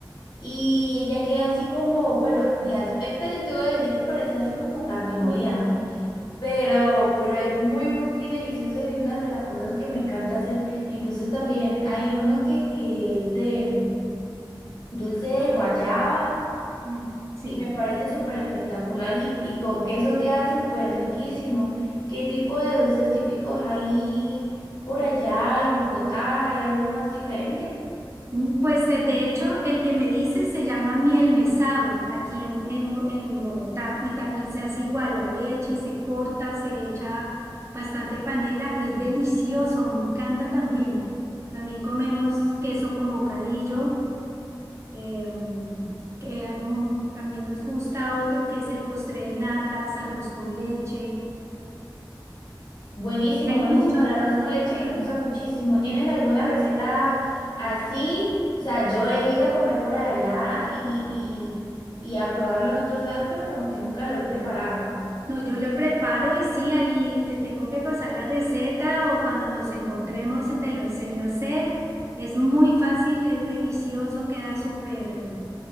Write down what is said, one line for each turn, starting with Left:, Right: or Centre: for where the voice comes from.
Left: y ella queda así como, bueno, de aspecto yo te voy a decir que parece así como carne molida,
Right: Mm,
Left: ¿no? Pero, pero es muy, muy, muy deliciosa y una de las cosas que me encanta hacer. Incluso también hay uno que, que es de dulce de guayaba
Right: mm, Sí.
Left: y me parece súper espectacular y, y con queso queda súper riquísimo. ¿Qué tipo de dulces típicos hay por allá en Bogotá? ¿Hay algo más diferente?
Right: Mm, Pues eh, de hecho, el que me dice se llama miel me sabe aquí en, en Bo- en Bogotá y también se hace igual, la leche se corta, se echa bastante panela, es delicioso, me encanta también. También comemos queso con bocadillo, em, que, mm, también nos gusta otro que es el postre de natas, arroz con leche.
Left: Buenísimo,
Right: Hay
Left: buenísimo.
Right: muchos
Left: El arroz con leche
Right: también.
Left: me gusta muchísimo. ¿Tienes alguna receta así? O sea, yo he ido a comer por allá y, y, y a probarlo en otros lados, pero como que nunca lo he preparado.
Right: No, yo lo preparo y sí, ahí te tengo que pasar la receta o cuando nos encontremos te lo enseño a hacer. Es muy fácil, es delicioso, queda súper